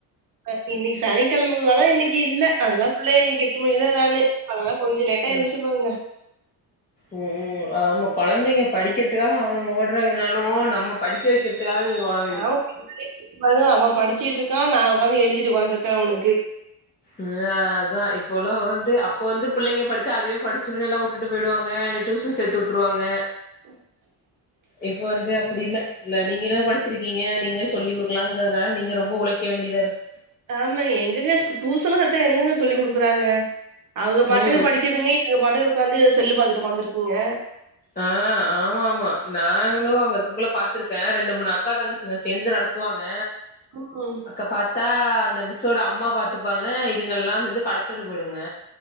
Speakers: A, on the right (about 55°); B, on the left (about 20°).
A: ஆ இன்னைக்கு சனிக்கெழமார்ல இன்னக்கி இல்ல அதனால ஃபுல்லா இன்னக்கி எட்டு மணிதா நானு அதனால கொஞ்ச லேட்டா
B: ம்
A: எந்துச்சு பாருங்க
B: ம் ம் ஆமா கொழந்தைங்க படிக்கிறதுக்காக அவனுங்க ஓட்றாங்கனாலு நம்ம படிக்க வைக்க தாங்க நீங்க <unintelligible>
A: அவ <inaudible> அவ படிச்சிக்கிட்ருக்கா நா ஒக்காந்து எழுதிட்டு ஒக்காந்துருக்கே அவனுக்கு
B: ம் அதா இப்ப உள்ளவ்ங்க வந்து அப்ப வந்து பிள்ளைங்க படிச்சா அதுவே படிச்சுருனு எல்லா வுட்டுட்டு போயிடுவாங்க இல்ல டூசன் சேத்துவுட்ருவாங்க
A: <inaudible>
B: இப்ப வந்து அப்டி இல்ல இல்ல நீங்க என்ன படிச்சிருக்கீங்க நீங்களே சொல்லி குடுக்கலாம்ங்கிறதுனால நீங்க ரொம்ப உழைக்க வேண்டியதா இருக்கு
A: ஆமா எங்கங்க சு டியூசன்லா சத்த எங்கங்க சொல்லி குடுக்குறாங்க அவங்க பாட்டுக்கு
B: ம்
A: படிக்குதுங்க அதுங்க பாட்டுக்கு உக்காந்து செல்லு பாத்துட்டு உக்காந்துட்ருக்குங்க
B: ஆ ஆமா ஆமா நாங்களு அங்க இருக்கக்குள்ள பாத்துருக்கே ரெண்டு மூணு அக்கா தாங்கச்சுங்க சேந்து நடத் துவாங்க
A: ம் ம்
B: அக்க பாத்தா அந்த மிஸ்ஸோட அம்மா பாத்துப்பாங்க இதுங்கல்லா சேந்து கடத்தெரு போயிடுங்க